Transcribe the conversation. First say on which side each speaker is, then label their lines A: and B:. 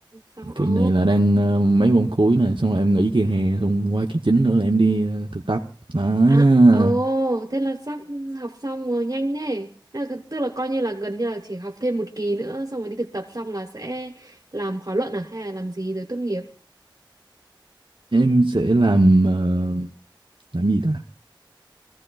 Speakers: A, on the right; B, on the right.
A: xong ồ.
B: kỳ này là đang ờ, mấy môn cuối nè xong rồi em nghỉ kỳ hè xong qua kỳ chính nữa là em đi ờ, thực tập à,
A: À, ồ, thế là sắp học xong rồi nhanh thế. À, Tức là coi như là gần như là chỉ học thêm một kỳ nữa xong rồi đi thực tập xong là sẽ làm khóa luận à hay là làm gì rồi tốt nghiệp.
B: em sẽ làm ờ, làm gì ta